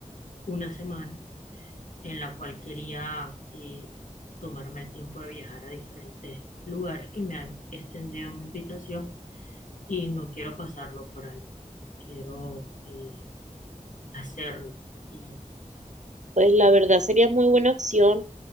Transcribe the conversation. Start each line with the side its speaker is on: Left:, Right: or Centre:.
Left: una semana en la cual quería eh, tomarme el tiempo de viajar a diferentes lugares que me han extendido mi invitación y no quiero pasarlo por alto. Quiero eh, hacerlo. Como,
Right: Pues la verdad sería muy buena opción,